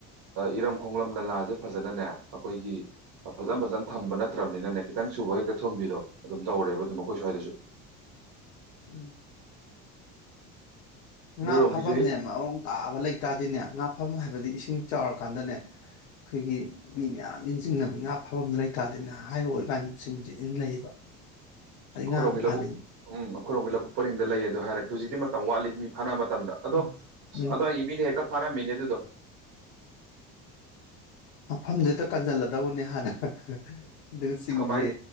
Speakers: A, on the right; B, on the left.
A: ꯏꯔꯝ ꯈꯣꯡꯂꯝ ꯅꯂꯥꯖꯦ ꯐꯖꯅꯅꯦ ꯑꯩꯈꯣꯏꯒꯤ ꯐꯖꯅ ꯐꯖꯅ ꯊꯝꯕ ꯅꯠꯇ꯭ꯔꯕꯅꯤꯅꯅꯦ ꯈꯤꯇꯪ ꯆꯨꯕꯒ ꯍꯦꯛꯇ ꯊꯨꯝꯕꯤꯗꯣ ꯑꯗꯨꯝ ꯇꯧꯔꯦꯕ ꯑꯗꯨꯝ ꯑꯩꯈꯣꯏ ꯁ꯭ꯋꯥꯏꯗꯁꯨ
B: ꯎꯝ ꯉꯥ
A: ꯅꯣꯏꯔꯣꯝꯒꯤꯁꯨ
B: ꯐꯥꯚꯝꯅꯦ
A: ꯍꯦꯛ
B: ꯃꯑꯣꯡ ꯇꯥꯕ ꯂꯩ ꯇꯥꯗꯤꯅꯦ ꯉꯥꯐꯝ ꯍꯥꯏꯕꯗꯤ ꯏꯁꯤꯡ ꯆꯥꯎꯔꯀꯥꯟꯗꯅꯦ ꯑꯩꯈꯣꯏꯒꯤ ꯃꯤ ꯃꯌꯥꯝ ꯏꯟ ꯆꯤꯡꯅꯕꯩ ꯉꯥ ꯐꯥꯚꯝꯗꯨ ꯂꯩꯇꯥꯗꯤꯅꯦ ꯍꯥꯏꯔꯛꯑꯣ ꯏꯕꯥꯅꯤ ꯏꯟ ꯆꯤꯡꯖꯦ ꯏꯟ ꯂꯩꯌꯦꯕ ꯑꯩ
A: ꯑꯈꯣꯏꯔꯣꯝꯒꯤ
B: ꯉꯥ ꯑꯃ
A: ꯂꯧꯕꯨꯛ
B: ꯐꯥꯅꯤꯡꯉꯤ
A: ꯎꯝ ꯑꯩꯈꯣꯏꯔꯣꯝꯒꯤ ꯂꯧꯕꯨꯛ ꯄꯔꯤꯡꯗ ꯂꯩ ꯑꯗꯨ ꯍꯥꯏꯔꯛꯦ ꯍꯨꯖꯤꯛꯇꯤ ꯃꯇꯝ ꯋꯥꯠꯂꯤ ꯃꯤ ꯐꯥꯅꯃꯠ ꯇꯝꯗ ꯑꯗꯣ
B: ꯎꯝ ꯎꯝ
A: ꯑꯗꯣ ꯑꯩ ꯃꯤꯅ ꯍꯦꯛꯇ ꯐꯥꯔꯝꯃꯤꯅꯦ ꯑꯗꯨꯗꯣ
B: ꯃꯐꯝꯗꯨꯗ ꯀꯟꯖꯜꯂꯗꯧꯕꯅꯦ ꯍꯥꯟꯅ ꯑꯗꯨꯒ ꯆꯤꯡꯁꯦ
A: ꯀꯃꯥꯏ